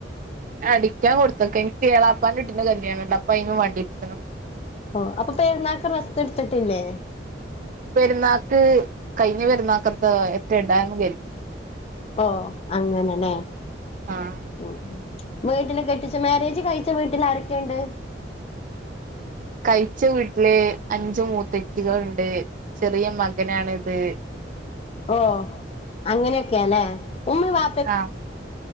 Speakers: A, on the right; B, on the left.
A: ഞാ അടിക്കാൻ കൊടുത്ത്ക്ക എനിക്ക് എളാപ്പാന്റെ കുട്ടീന്റെ കല്യാണ് ണ്ട് അപ്പൊ അയിന് വാണ്ടി ഇടുത്തതാ
B: ഓഹ് അപ്പൊ പെരുന്നാക്ക് ഡ്രസ്സ് ഇട്ത്തിട്ടില്ലേ.?
A: പെരുന്നാക്ക് കയിഞ്ഞ പെരുന്നാക്കത്തെ ഒക്കെ ഇടാന്ന് കരുതി.
B: ഓഹ് അങ്ങനെനേ
A: ആഹ്
B: ഉം വീട്ടില് കെട്ടിച്ച മേരേജ് കഴിച്ച വീട്ടിൽ ആരൊക്കെണ്ട്?
A: കഴിച്ച വീട്ടില് അഞ്ച് മൂത്തച്ചികള് ഇണ്ട്. ചെറിയ മകനാണിത്.
B: ഓഹ് അങ്ങനെയൊക്കെയാല്ലേ. ഉമ്മേം വാ
A: ആഹ്